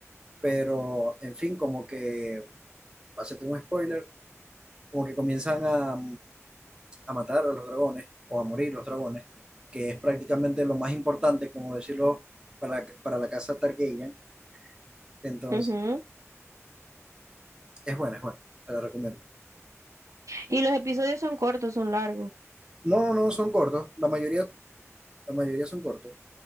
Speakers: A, on the right; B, on the right.
A: Pero, en fin, como que, para hacerte un spoiler, como que comienzan a a matar a los dragones o a morir los dragones, que es prácticamente lo más importante, como decirlo, para, para la casa Targaryen. Entonces,
B: Ujú.
A: es buena, es buena, te la recomiendo.
B: Y los episodios son cortos, son largos.
A: No, no, son cortos, la mayoría, la mayoría son cortos.